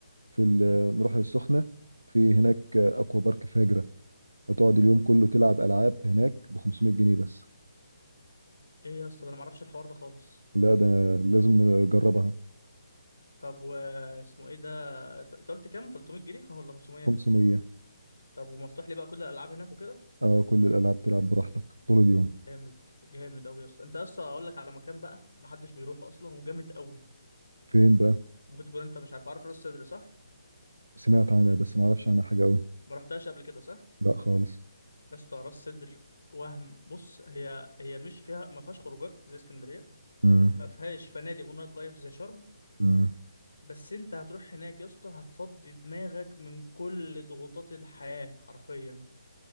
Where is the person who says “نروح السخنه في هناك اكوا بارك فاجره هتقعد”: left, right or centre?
Right